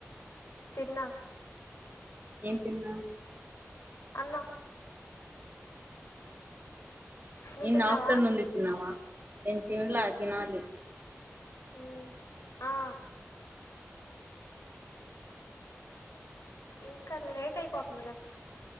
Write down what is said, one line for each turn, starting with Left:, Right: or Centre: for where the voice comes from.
Left: తిన్నా
Right: ఏం తిన్నావు?
Left: అన్నం నువ్వు
Right: ఇన్
Left: తిన్నావా
Right: ఆఫ్టర్నూన్ ది తిన్నవ, నేను తిన్లా తినాలి
Left: ఉ ఆ ఇంకా లేట్ అయిపోతుంది కదా